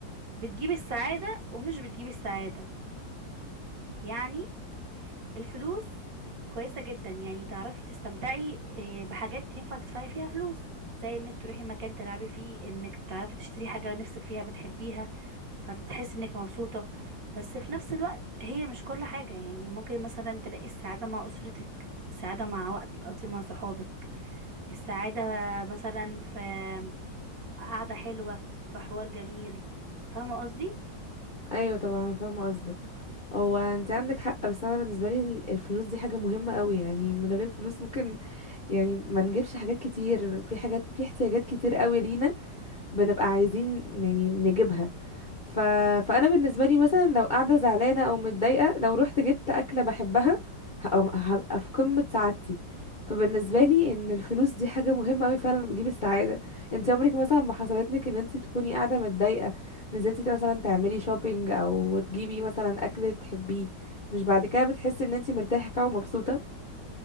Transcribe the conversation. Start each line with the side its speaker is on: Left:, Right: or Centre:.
Right: بتجيب السعادة ومش بتجيب السعادة يعني الفلوس كويسة جدا يعني تعرفي تستمتعي آه، بحاجات ينفع تدفعي فيها فلوس زي انك تروحي مكان تلعبي فيه انك تعرفي تشتري حاجة نفسك فيها بتحبيها فتتحسي انك مبسوطة بس في نفس الوقت هي مش كل حاجة يعني ممكن مثلا تلاقي السعادة مع أسرتك السعادة مع وقت تقضيه مع صحابك السعادة مثلا في فقعدة حلوة في حوار جميل فاهمة قصدي
Left: أيوة طبعا فاهمة قصدك هو انت عندك حق بس انا بالنسبه لي ال- الفلوس دي حاجه مهمه قوي يعني من غير فلوس ممكن يعني ما نجيبش حاجات كتير في حاجات في احتياجات كتير قوي لينا بنبقى عايزين يعني نجيبها ف... فانا بالنسبه لي مثلا لو قاعده زعلانه او متضايقه لو رحت جبت اكله بحبها ه- هبقى في قمه سعادتي فبالنسبه لي ان الفلوس دي حاجه مهمه قوي فعلا بتجيب السعاده انت عمرك مثلا ما حصلت لك ان انت تكوني قاعده متضايقه نزلتي مثلا تعملي شوبينج او تجيبي مثلا اكل تحبيه مش بعد كده بتحسي ان انت مرتاحه كده ومبسوطه